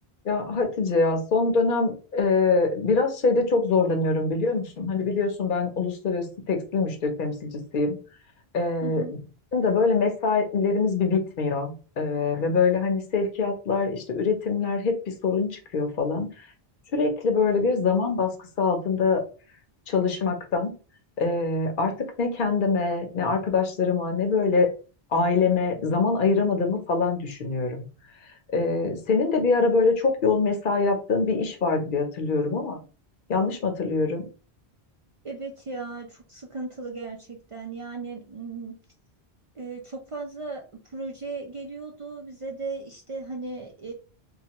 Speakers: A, on the left (about 60°); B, on the right (about 50°).
A: Ya Hatice ya son dönem e, biraz şeyde çok zorlanıyorum biliyor musun? Hani biliyorsun ben uluslararası tekstil müşteri temsilcisiyim. E,
B: Hı hı.
A: bizim de böyle mesailerimiz bir bitmiyor. E, ve böyle hani sevkiyatlar işte üretimler hep bir sorun çıkıyor falan. Sürekli böyle bir zaman baskısı altında çalışmaktan e, artık ne kendime ne arkadaşlarıma ne böyle aileme zaman ayıramadığımı falan düşünüyorum. Ee, senin de bir ara böyle çok yoğun mesai yaptığın bir iş vardı diye hatırlıyorum ama yanlış mı hatırlıyorum?
B: Evet ya çok sıkıntılı gerçekten yani m, e, çok fazla proje geliyordu bize de işte hani